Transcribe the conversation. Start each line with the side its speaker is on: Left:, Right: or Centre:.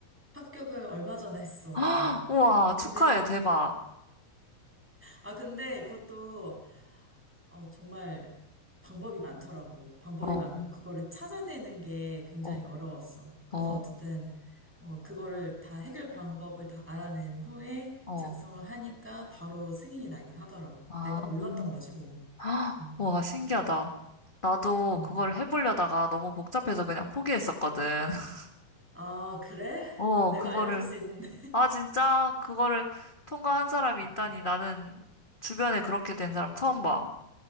Centre: 합격을 얼마 전에 했어.
Left: <laughs> 우와,
Centre: 근데,
Left: 축하해, 대박.
Centre: 아, 근데 그것도, 어, 정말 방법이 많더라고. 방법이
Left: 어.
Centre: 많고, 그거를 찾아내는 게 굉장히
Left: 어,
Centre: 어려웠어. 그래서
Left: 어,
Centre: 어쨌든, 어, 그거를 다 해결 방법을 다 알아낸 후에
Left: 어,
Centre: 작성을 하니까 바로 승인이 나긴 하더라고.
Left: 아,
Centre: 내가
Left: <gasps>
Centre: 몰랐던 거지, 뭐.
Left: 아,
Centre: 음,
Left: 와, 신기하다. 나도
Centre: 어.
Left: 그거를 해보려다가 너무 복잡해서 그냥 포기했었거든. <laughs>
Centre: 아, 그래? <laughs>
Left: 어,
Centre: 내가
Left: 그거를,
Centre: 알려줄 수 있는데.
Left: 아, 진짜? 그거를 통과한 사람이
Centre: 음.
Left: 있다니 나는 주변에 그렇게 된 사람 처음 봐.